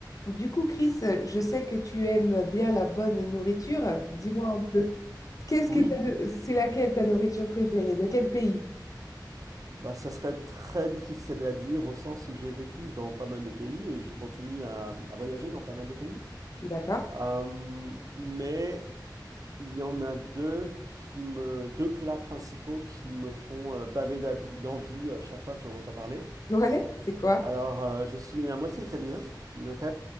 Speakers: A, on the left; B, on the right.
A: Du coup, Chris, je sais que tu aimes bien la bonne nourriture. Dis-moi un peu, qu'est-ce
B: Oui,
A: que t'as de- c'est laquelle ta nourriture préférée? De quel pays?
B: bah, ça serait très difficile à dire au sens où j'ai vécu dans pas mal de pays et je continue à, à voyager dans pas mal de pays.
A: D'accord.
B: Euh, mais il y en a deux qui me, deux plats principaux qui me font euh, baver d'avi- d'envie euh, chaque fois que j'en entends parler.
A: Ouais, c'est quoi?
B: Alors, euh, je suis à moitié italien, ok?